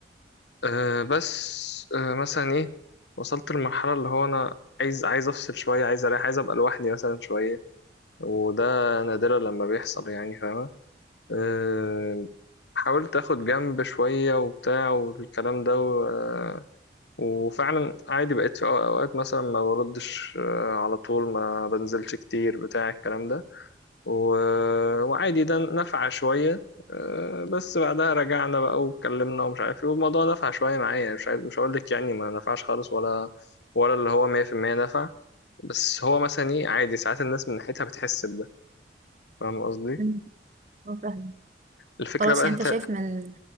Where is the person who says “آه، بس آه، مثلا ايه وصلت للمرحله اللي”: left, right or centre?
Left